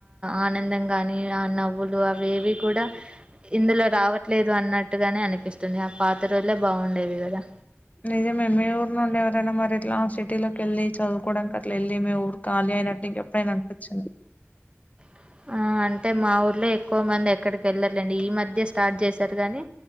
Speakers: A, on the right; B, on the left.
A: ఆనందం గాని నవ్వు లు అవేవి కూడా ఇందులో రావట్లేదు అన్నట్టుగానే అనిపిస్తుంది ఆ పాత రోజులే బాగుండేవి కదా
B: నిజమే మీ ఊరు నుండి ఎవరైనా మరి ఇట్లా సిటీలోకి వెళ్ళి చదువుకోవడానికి అట్లా వెళ్ళ మీ ఊరు కాలి అయినట్టు ఇంక ఎప్పుడైనా అనిపించింది
A: అ ఆ అంటే మా ఊర్లో ఎక్కువ మంది ఎక్కడికి వెళ్ళారు లేండి ఈ మధ్య స్టార్ట్ చేశారు గానీ